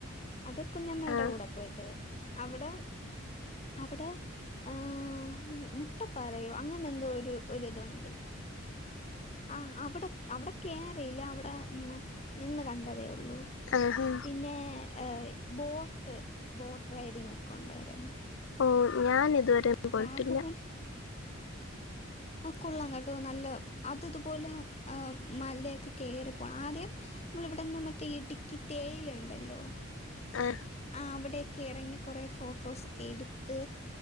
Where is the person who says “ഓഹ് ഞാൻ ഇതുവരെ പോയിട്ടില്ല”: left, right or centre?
Left